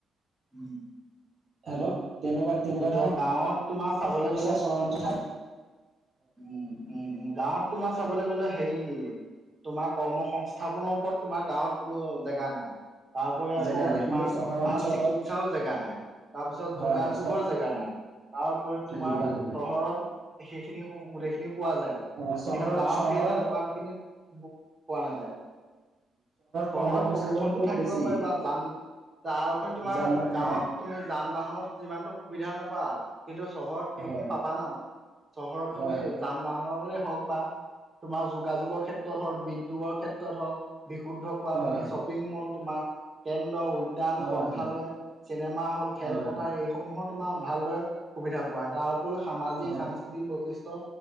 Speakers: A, on the right; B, on the right.
A: উম।
B: হেল্ল, তেনেকুৱা তেনেকুৱা
A: এতিয়া
B: ধৰণৰ।
A: গাঁৱত। তোমাৰ চাবলৈ
B: সমস্যা
A: গ'লে
B: চহৰাঞ্চল
A: উম, উম, উম, গাঁৱত তোমাৰ চাবলৈ গলে হেৰি। তোমাৰ কৰ্ম সংস্থাপনৰ ওপৰত তোমাৰ গাঁৱত কোনো জেগা নাই। তাৰপৰি আকৌ
B: জেগা নাই
A: তোমাৰ
B: কিন্তু চহৰ অঞ্চলত
A: ভাল চিকিৎসাও জেগা নাই। তাৰপিছত
B: হয়
A: যোগাযোগৰ
B: হয় চ
A: জেগা নাই তাৰোপৰি তোমাৰ
B: যোগাযোগৰ
A: চহৰত। খিনি গোটেই খিনি পোৱা যায়
B: অ চহৰত
A: কিন্তু গাঁৱত
B: চহৰত
A: সেই তেনেকুৱা খিনি। পোৱা নাযায়। চহৰত
B: কৰ্ম সংস্থাপন
A: প্ৰদূষণতটো
B: খুব
A: থাকিব
B: বেছি
A: পাৰে বা যান তাৰ উপৰি তোমাৰ
B: যান বাহনৰ
A: গাঁৱত তুমি যান বাহনত যিমানতো সুবিধা নাপা কিন্তু চহৰত সেইখিনি
B: হয়
A: পাবা ন, চহৰত
B: হয়
A: তুমি। যান বাহনৰে হওক, বা তোমাৰ যোগাযোগৰ ক্ষেত্ৰত হওক, বিদ্যোগৰ ক্ষেত্ৰত হওক, বিশুদ্ধ
B: হয়
A: খোৱা পানী
B: হয়
A: শ্বপিং মল তোমাৰ। কেন্দ্ৰ উদ্যান
B: হয়
A: গ্ৰন্থালয় চিনেমা হ'ল
B: হয়
A: খেলপথাৰ এই। সমূহৰ তোমাৰ ভালদৰে সুবিধা পোৱা হয় তাৰ উপৰিও সামাজিক
B: হয় হয়
A: সাংস্কৃতিক বৈশিষ্ট্য।